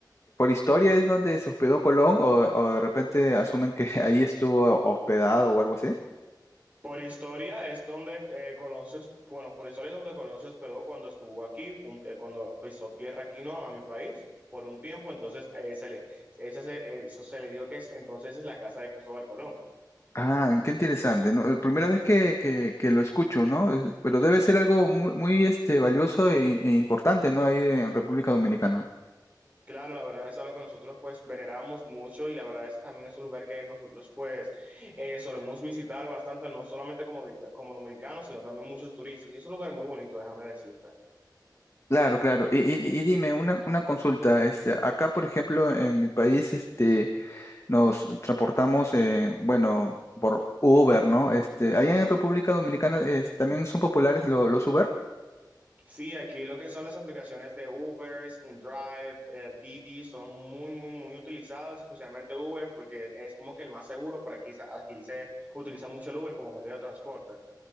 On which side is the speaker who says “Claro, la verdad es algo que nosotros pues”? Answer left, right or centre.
Right